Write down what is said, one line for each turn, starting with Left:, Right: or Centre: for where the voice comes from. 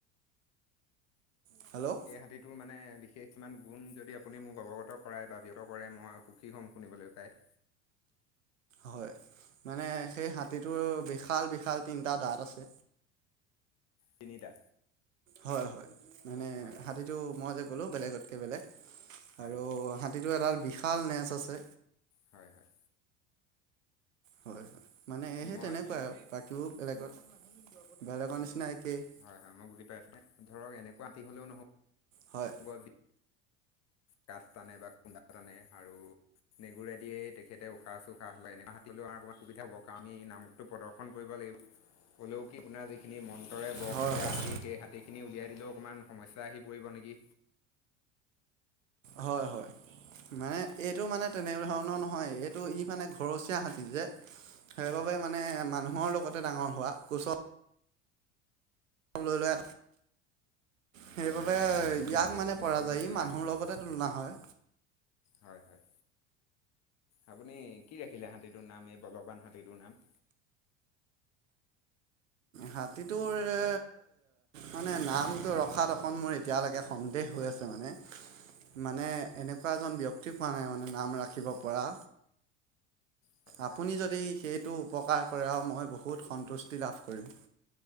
Right: হেল্ল।
Left: এই হাতীটোৰ মানে বিশেষ ইমান গুণ যদি আপুনি মোক অৱগত কৰায় বা ব্যত কৰে মই সুখী হ'ম শুনিবলৈ পায়।
Right: হয়, মানে সেই হাতীটোৰ বিশাল - বিশাল তিনটা দাঁত আছে।
Left: তিনিটা।
Right: হয় - হয়, মানে
Left: হয় হয়
Right: হাতীটো মই যে ক'লো বেলেগতকৈ বেলেগ
Left: হয়
Right: আৰু হা হাতীটোৰ এডাল বিশাল নেচ আছে।
Left: হয় - হয়।
Right: হয় - হয়, মানে সেই
Left: মই
Right: তেনেকুৱা আৰু বাকীবোৰ বেলেগত বেলেগৰ নিচিনা একেই।
Left: হয় - হয়, মই বুজি পাইছোঁ ধৰক এনেকুৱা হাতী হলেও নহ'ব
Right: হয়
Left: <unintelligible> কাঠ টানে বা কুন্দা টানে আৰু নেগুৰেদিয়েই তেখতে উশাহ চুশাহ লয়, এনেকুৱা হাতী হলেও আৰু অকণমান সুবিধা হ'ব কাৰণ আমি নাম টো প্ৰদৰ্শন কৰিব লাগিব হ'লেও কি আপোনাৰ যিখিনি মন ৰে বস
Right: হয়
Left: কৰা
Right: হয়
Left: হাতী সেই হাতীখিনি উলিয়াই দিলেও অকণমান সমস্যা আহি পৰিব নেকি?
Right: হয় - হয়। মানে এইটো মানে তেনে ধৰণৰ নহয় এইটো ই মানে ঘৰচীয়া হাতী যে। সেইবাবে
Left: হয়
Right: মানে মানুহৰ লগতে ডাঙৰ হোৱা কুচ লৈ সেইবাবে
Left: হয় হয় আপুনি
Right: ইয়াক
Left: হাতীটোক
Right: মানে
Left: কোচত
Right: পৰা যায়
Left: লৈ
Right: ই মানুহৰ
Left: ডাঙৰ কৰিলে
Right: লগতে তুলনা হয়।
Left: হয় - হয়। আপুনি কি ৰাখিলে হাতীটোৰ নাম এই বলৱান হাতীটোৰ নাম?
Right: হাতীটোৰ আ, মানে নামটো ৰখাত অকণ মোৰ এতিয়ালৈকে। সন্দেহ হৈ আছে মানে। মানে এনেকুৱা এজন ব্যয়ক্তি পোৱা নাই মানে নাম ৰাখিব পৰা।
Left: হয় হয়
Right: আপুনি যদি সেইটো। উপকাৰ কৰে আৰু মই বহুত সন্তুষ্টি লাভ কৰিম।